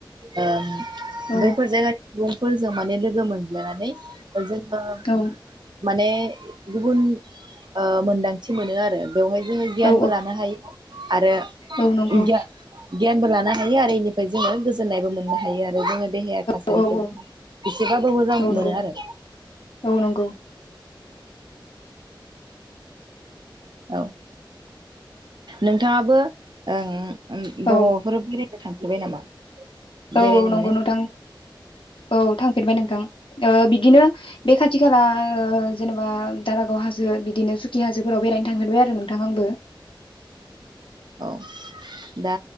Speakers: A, on the right; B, on the left.
A: ओ
B: औ
A: बैफोर जायगानि सुबुंफोरजों माने मोन नानै ओ जोंङो
B: औ
A: माने गुबुन ओ मोनदांथि मोनो आरो। बेवहाय जोङो गियानबो
B: औ
A: लानो हायो। आरो
B: औ नंगौ
A: गि गियानबो लानो हायो आरो इनिफ्राय जोङो गोजोननायबो मोननो हायो आरो जोङो। देहाया थासारिखौ
B: औ औ औ
A: जोंहा एसेबाबो मोजां।
B: नंगौ
A: मोनो आरो
B: औ नंगौ।
A: औ नोंथाङाबो ओ ओ
B: औ
A: बबावफोर बेराय थांफेरबाय नामा?
B: औ
A: बेरायनो
B: औ नंगौ
A: माने
B: नोंथां औ थांफेरबाय नोंथां। बिदिनो बे खा थि खाला जेनेबा दारागाव हाजो बिदिनो सुकि हाजोफोराव बेरायनो थांगेरबाय आरो नोंथां आंबो।
A: औ दा